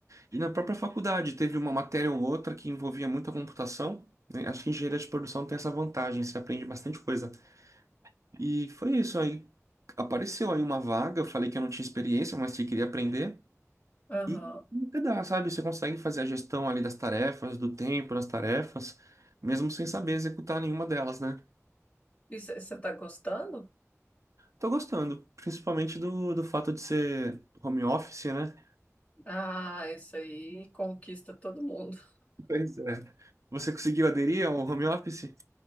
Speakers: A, on the right (about 70°); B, on the left (about 25°).
A: E na própria faculdade, teve uma matéria ou outra que envolvia muita computação. né? Acho que engenharia de produção tem essa vantagem, você aprende bastante coisa. E foi isso aí. Apareceu aí uma vaga, eu falei que eu não tinha experiência, mas que queria aprender.
B: Aham.
A: E até dá, sabe? Você consegue fazer a gestão ali das tarefas, do tempo das tarefas, mesmo sem saber executar nenhuma delas, né?
B: E você está gostando?
A: Tô gostando, principalmente do, do fato de ser home office, né?
B: Ah, isso aí conquista todo mundo.
A: Pois é. Você conseguiu aderir ao home office?